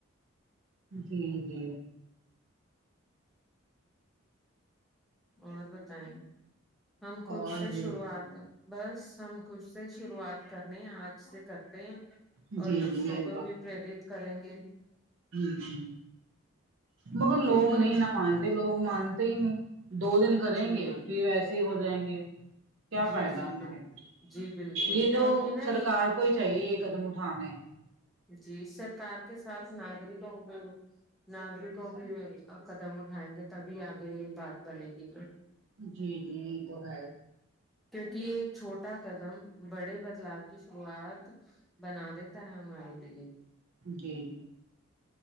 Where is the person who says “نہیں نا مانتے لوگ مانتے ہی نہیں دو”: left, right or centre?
Right